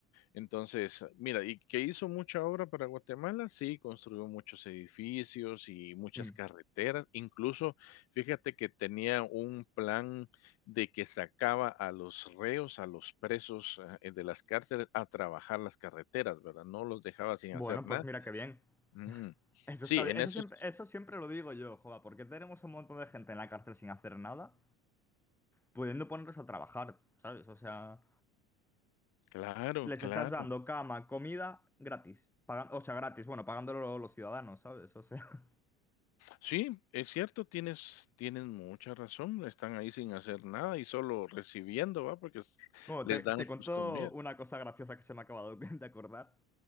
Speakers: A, on the left (about 45°); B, in the centre.
A: Entonces, mira, y que hizo mucha obra para Guatemala, sí, construyó muchos edificios y muchas
B: Mm.
A: carreteras. Incluso, fíjate que tenía un plan de que sacaba a los reos, a los presos eh, de las cárceles a trabajar las carreteras, ¿verdad? No los dejaba sin
B: Bueno,
A: hacer nada
B: pues mira qué bien.
A: Mm,
B: Eso
A: sí,
B: está bien.
A: en
B: Eso
A: eso
B: siempre,
A: sí,
B: eso siempre lo digo yo, joda, porque tenemos un montón de gente en la cárcel sin hacer nada, pudiendo ponerlos a trabajar, ¿sabes? O sea,
A: claro,
B: les
A: claro.
B: estás dando cama, comida gratis. Paga- o sea, gratis, bueno, pagándolo los ciudadanos, ¿sabes? O sea...
A: Sí, es cierto, tienes tienes mucha razón, están ahí sin hacer nada y solo recibiendo, ¿va? Porque s
B: Bueno,
A: les
B: te,
A: dan
B: te cuento
A: sus comidas.
B: una cosa graciosa que se me ha acabado <laughs> de acordar.